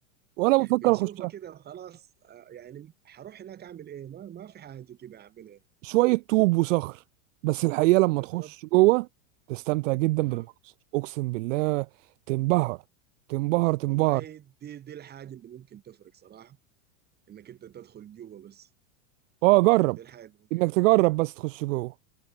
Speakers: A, on the right (about 60°); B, on the right (about 20°).
A: ولا بفكر
B: بتشوفه
A: أخشها
B: كده خلاص آه، يعني حروح هناك اعمل ايه ما ما في حاجه كده اعملها
A: شوية طوب وصخر بس الحقيقة لما
B: بالضبط
A: تخش جوه تستمتع جدا
B: اها
A: بالمنظر أقسم بالله تنبهر تنبهر تنبهر
B: والله دي دي الحاجه اللي ممكن تفرق صراحه انك انت تدخل جوه بس
A: اه جرب
B: دي الحاجه اللي ممكن
A: انك
B: تفرق
A: تجرب بس تخش جوه